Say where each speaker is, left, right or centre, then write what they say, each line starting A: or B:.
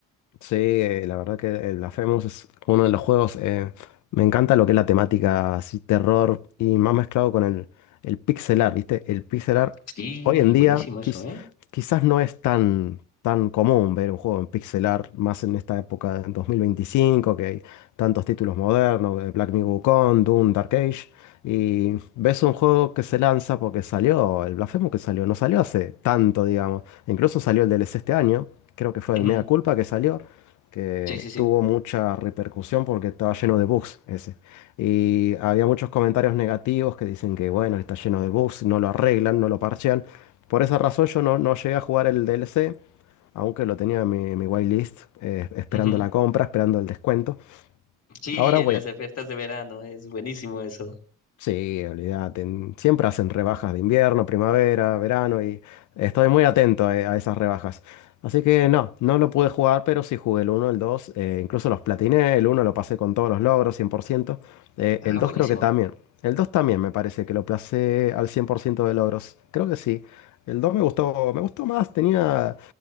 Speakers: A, on the left; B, on the left.
A: Sí, eh, la verdad que el Blasphemous es uno de los juegos. eh, me encanta lo que es la temática así, terror y más mezclado con el, el pixel art, ¿viste? El pixel art
B: Sí,
A: hoy en
B: buenísimo
A: día
B: eso,
A: quiz-
B: ¿eh?
A: quizás no es tan, tan común ver un juego en pixel art, más en esta época en 2025 que hay tantos títulos modernos, eh, Black Myth Wukong, Doom, Dark Age. Y ves un juego que se lanza porque salió, el Blasphemous que salió, no salió hace tanto, digamos. Incluso salió el DLC este año, creo que fue
B: Ujú.
A: el Mea Culpa que salió que
B: Sí, sí, sí.
A: tuvo mucha repercusión porque estaba lleno de bugs ese. Y había muchos comentarios negativos que dicen que, bueno, está lleno de bugs, no lo arreglan, no lo parchean. Por esa razón yo no, no llegué a jugar el DLC, aunque lo tenía en mi, en mi whitelist, eh, esperando
B: Ujú.
A: la compra, esperando el descuento.
B: Sí,
A: Ahora,
B: en
A: voy
B: las ofertas de verano es buenísimo eso.
A: Sí, olvídate. en- Siempre hacen rebajas de invierno, primavera, verano y estoy muy atento a, a esas rebajas. Así que no, no lo pude jugar, pero sí jugué el uno, el 2, eh, incluso los platiné, el uno lo pasé con todos los logros, 100%. eh,
B: Ah,
A: el 2
B: buenísimo.
A: creo que también. El 2 también me parece que lo pasé al 100% de logros. Creo que sí. El 2 me gustó, me gustó más, tenía,